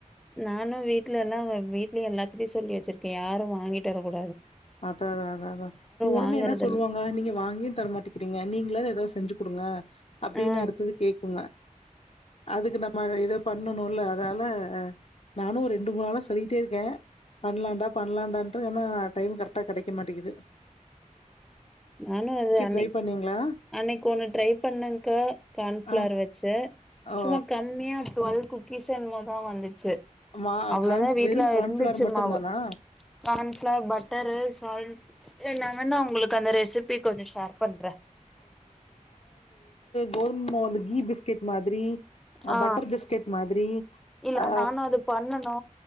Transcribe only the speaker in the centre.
நானு வீட் வீட்டுலலா வீ்ட்லயு எல்லாக்டயு சொல்லி வச்சிருக்கே யாரு வாங்கிட்டு வர கூடா
வாங்கறதில்
ஆ
நானும் அது அன்னை
அன்னைக்கோன்னு ட்ரை பண்ணேக்கா கான்ஃப்ளார்
வச்சு
சும்மாக்கம்மியா டுஆல் குக்கீஸ் என்மோதா வந்துச்சு
அவ்ளோதா
வீட்டுல
இருந்துச்சு
மாவு கான்புளோர் பட்டரு சால்ட் என்னாமனோ உங்களுக்கு அந்த ரெசிபி கொஞ்சோ ஷேர் பண்றே
ஆ
இல்ல
நானோ அது பண்ணனு ச